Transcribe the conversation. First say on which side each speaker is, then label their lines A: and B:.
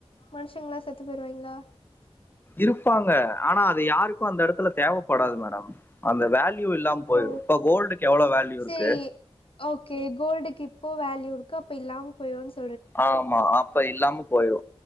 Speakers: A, on the left; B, on the left.
A: மனுஷங்களா செத்து போயிருவாய்ங்களா
B: இருப்பாங்க ஆனா அது யாரு கு அந்த எடத்துல தேவப்படாது மேடம் அந்த வேல்யூ இல்லாம போயிடும்
A: ஓ
B: இப்ப கோல்டுக்கு எவ்வளவு வேல்யூ
A: சேரி
B: இருக்கு
A: ஓகே கோல்டுக்கு இப்போ வேல்யூ இருக்கு அப்ப இல்லாம் போன்ஸ்
B: ஆமா அப்ப இல்லாம போயிரு